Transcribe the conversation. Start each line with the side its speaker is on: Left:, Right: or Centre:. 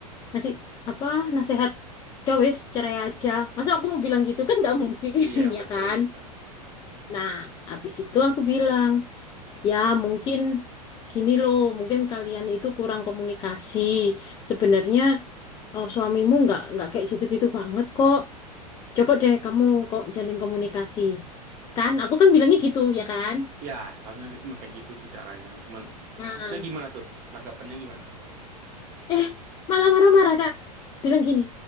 Left: ngasih apa nasihat, udah wis cerai aja. Masa aku mau bilang gitu kan nggak mungkin
Right: Iya,
Left: <laughs> ya
Right: betul
Left: kan?
Right: juga.
Left: Nah, habis itu aku bilang, ya mungkin gini loh, mungkin kalian itu kurang komunikasi. Sebenarnya eh, suamimu nggak nggak kayak gitu-gitu banget kok. Coba deh kamu kok jalin komunikasi. Kan, aku kan bilangnya gitu, ya kan?
Right: Ya, soalnya emang kayak gitu sih caranya. Cuman,
Left: Nah,
Right: terusnya gimana tuh? Tanggapannya gimana?
Left: eh malah marah-marah kak bilang gini